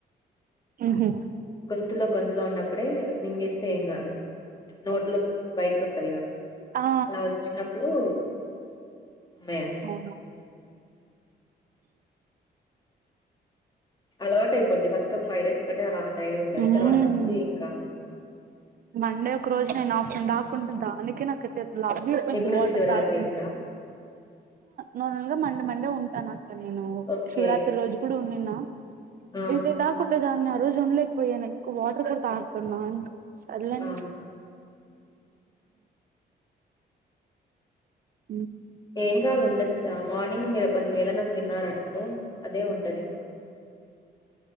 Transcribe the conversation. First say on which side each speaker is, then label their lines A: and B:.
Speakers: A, on the right; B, on the left.
A: ఆహ
B: గొంతులో గొంతులో ఉన్నప్పుడే మింగేస్తే ఏం కాదు నోట్లో బయటికి వస్తాది
A: ఆ
B: అలా వచ్చినప్పుడు ఉమ్మేయాలి
A: అవున
B: అలవాటు అయిపోద్ది ఫస్ట్ ఒక ఫైవ్ డేస్ ఒకటే అలవాటు అయి ఉంటది
A: మ్మ్
B: తర్వాత నుంచి ఇంకా
A: మండే ఒక రోజు నేను ఆఫ్టర్నూన్ దాకుంట దానికే నాకు లాగిపోద్ది
B: ఎప్పుడు
A: వాటర్
B: శివరాత్రి
A: తాగకుండా
B: అప్పుడా
A: నార్మల్గా మండే మండే ఉంటా నా ఇక నేను
B: ఓకే
A: శివరాత్రి రోజు కూడా ఉన్నిన్నా
B: ఆ
A: అయిపోయిదాకా దాకుండేదాన్ని ఆరోజు ఉన్నలేక పోయిన వాటర్ కూడా తాగాకున్న సర్లే
B: ఆ
A: అ
B: ఏం కాదు ఉండొచ్చురా మార్నింగ్ మీరు కొంచెం ఏదన్న తిన్నారనుకో అదే ఉంటది ఇంకా